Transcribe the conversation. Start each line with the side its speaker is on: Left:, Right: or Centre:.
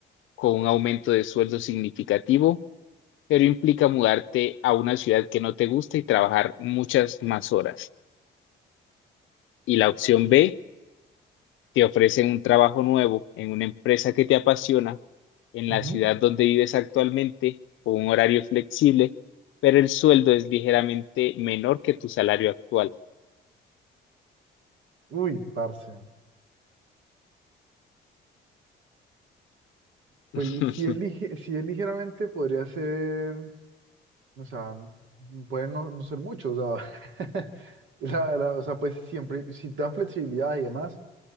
Left: con un aumento de sueldo significativo, pero implica mudarte a una ciudad que no te gusta y trabajar muchas más horas. Y la opción B te ofrecen un trabajo nuevo en una empresa que te apasiona, en la
Right: ujú.
Left: ciudad donde vives actualmente, con un horario flexible, pero el sueldo es ligeramente menor que tu salario actual.
Right: Uy, parce. Pues
Left: <laughs>
Right: si es, lige- si es ligeramente, podría ser, o sea, n- puede no, no ser mucho, o sea, <laughs> la- la- o sea, pues siempre, si dan flexibilidad y demás,